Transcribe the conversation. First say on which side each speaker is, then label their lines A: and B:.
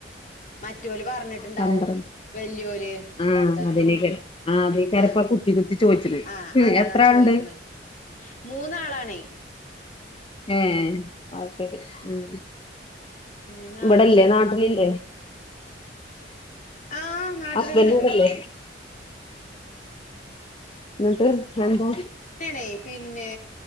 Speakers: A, on the left; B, on the left.
A: മറ്റൊല് പറഞ്ഞിട്ടുണ്ടാവും
B: പന്ത്രണ്ട്
A: വല്യല്
B: ആഹ്
A: എന്താണ്
B: അതിനേക്കാരം ആഹ് അതെക്കാരം
A: ആഹ്
B: ഇപ്പം കുത്തി കുത്തി ചോദിച്ചിന്
A: ആഹ് അതാണ്
B: എത്ര
A: ആ
B: ആൾണ്ട്
A: ചോദിക്കണേ മൂന്നാളാണേ
B: ഏ
A: ഉം
B: അത്ശരി ഉം
A: മൂന്നാളുണ്ട്
B: ഇവിടെല്ലേ നാട്ടിലില്ലേ
A: ആ നാട്ടിലന്നെല്ലേ
B: ഹസ്ബൻഡ് ഇവിടെല്ലേ എന്നട്ട് എന്തോ
A: ഇവിടുന്നാണേ പിന്നെ